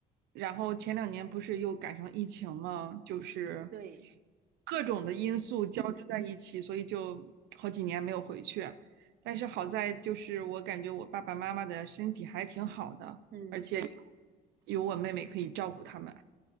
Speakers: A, on the right (about 80°); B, on the right (about 55°).
A: 然后前两年不是又赶上疫情嘛，就是
B: 对，
A: 各种的因素交织在一起，
B: 嗯。
A: 所以就好几年没有回去。但是好在就是我感觉我爸爸妈妈的身体还挺好的。
B: 嗯，
A: 而且有我妹妹可以照顾他们。